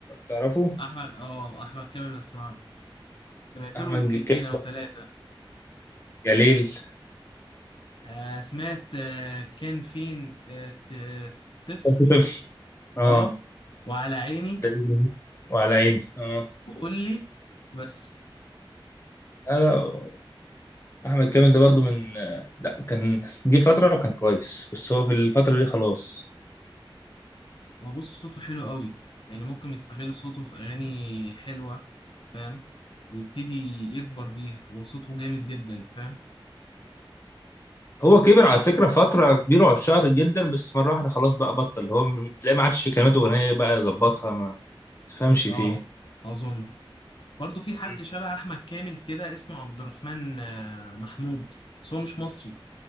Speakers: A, on the left; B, on the left.
A: تعرفه
B: أحمد أه أحمد كامل بسمع له سمعت
A: احمد
B: له أغنيتين
A: كامل
B: أو ثلاثة
A: يا ليل
B: آه سمعت آه كان فين آه ت- طفل
A: كنت طفل اه
B: أه وعلى عيني
A: ده جميل. وعلى عيني اه
B: وقول لي بس
A: لا لا احمد كامل ده برضو من لا كان جه فتره وكان كويس بس هو في الفتره دي خلاص
B: هو بص صوته حلو قوي يعني ممكن يستغل صوته في أغاني حلوة فاهم ويبتدي يكبر بيها هو صوته جامد جدا فاهم
A: هو كبر على فكره فتره كبيره وعشان شهر جدا بس مره واحده خلاص بقى بطل هو م- تلاقيه ما عادش في كلمات اغنيه بقى يظبطها ما تفهمش فيه
B: اه أظن برضه في حد
A: م.
B: شبه أحمد كامل كده اسمه عبد الرحمن آه، محمود بس هو مش مصري